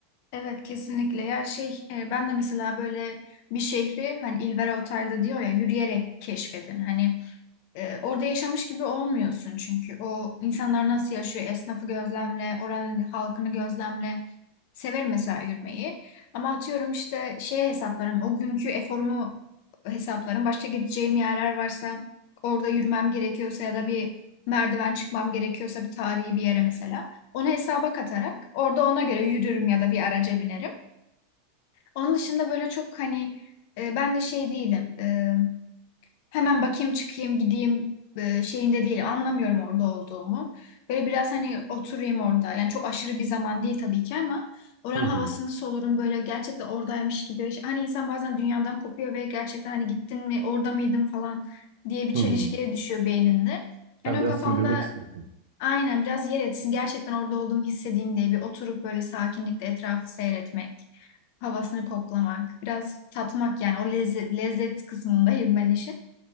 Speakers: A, on the left; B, on the right.
A: Evet kesinlikle. Ya şey e, ben de mesela böyle bir şehri hani İlvera Otel'de diyor ya yürüyerek keşfedin. Hani e, orada yaşamış gibi olmuyorsun çünkü. O insanlar nasıl yaşıyor? Esnafı gözlemle, oranın halkını gözlemle. Severim mesela yürümeyi. Ama atıyorum işte şeye hesaplarım. O günkü eforumu hesaplarım. Başka gideceğim yerler varsa orada yürümem gerekiyorsa ya da bir merdiven çıkmam gerekiyorsa bir tarihi bir yere mesela. Onu hesaba katarak orada ona göre yürürüm ya da bir araca binerim. Onun dışında böyle çok hani e, ben de şey değilim. e, hemen bakayım çıkayım gideyim e, şeyinde değil anlamıyorum orada olduğumu. Böyle biraz hani oturayım orada yani çok aşırı bir zaman değil tabii ki ama oranın
B: Hı hı.
A: havasını solurum böyle gerçekten oradaymış gibi. Hani insan bazen dünyadan kopuyor ve gerçekten hani gittin mi orada mıydın falan diye bir
B: Hı.
A: çelişkiye düşüyor beyninde.
B: Sen
A: Yani o
B: biraz
A: kafamda
B: sindirmek istiyorsun.
A: aynen biraz yer etsin gerçekten orada olduğumu hissedeyim diye bir oturup böyle sakinlikle etrafı seyretmek. havasını koklamak, biraz tatmak yani o lezzet, lezzet kısmındayım ben işin.